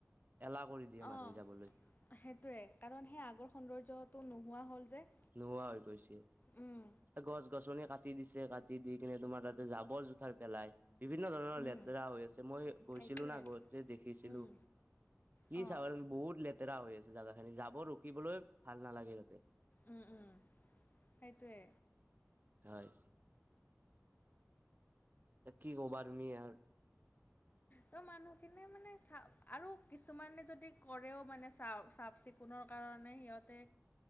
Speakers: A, on the right; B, on the left.
A: এলাহ কৰি দিয়ে মানুহে
B: অঁ
A: যাবলৈ।
B: সেইটোৱে কাৰণ সেই আগৰ সৌন্দৰ্যটো নোহোৱা হ'ল যে।
A: নোহোৱা হৈ গৈছে।
B: উম
A: গছ গছনি কাটি দিছে কাটি দি কিনে তোমাৰ তাতে জাবৰ জোথাৰ পেলাই। বিভিন্ন ধৰণৰ
B: উম
A: লেতেৰা হৈ আছে, মই গৈছিলো
B: সেইটোৱে
A: না গতে দেখিছিলো।
B: উম
A: কি
B: অঁ
A: চাবা বহুত লেতেৰা হৈ আছে, জেগা খিনি যাব ৰখিবলৈ ভাল নালাগে তাতে।
B: উম, উম সেইটোৱে।
A: হয়। কি ক'বা তুমি আৰ।
B: তো মানুহখিনিয় মানে চা আৰু কিছুমানে যদি কৰেও মানে চা চাফ চিকুণ কোনৰ কাৰণে সিহঁতে